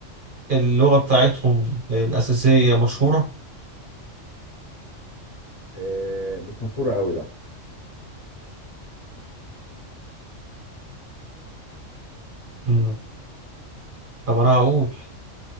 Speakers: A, on the right; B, on the left.
A: اللغة بتاعتهم الأساسية مشهورة
B: آه، مش مشهورة قوي لا
A: مم. طب أنا هقول